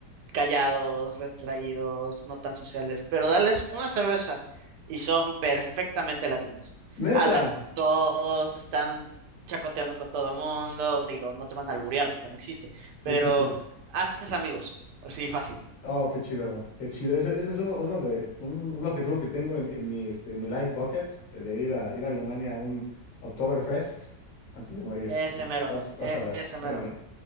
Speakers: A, on the right (about 80°); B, on the left (about 55°).
A: callados, retraídos, no tan sociales, pero dales una cerveza y son perfectamente latinos.
B: Neta.
A: Hablan con todos, están chacoteando con todo el mundo, digo, no te van a alburear porque no existe,
B: Sí,
A: pero
B: sí, sí.
A: haces amigos, así fácil.
B: Oh, qué chido, qué chido. Ese, ese es uno, uno de, un, un objetivo que tengo en, en mi, este, en mi life bucket, eh, de ir a, ir a Alemania a un Oktoberfest antes de morir.
A: Ese
B: Y
A: mero,
B: vas, vas
A: e-
B: a ver.
A: ese
B: Muy
A: mero.
B: bien.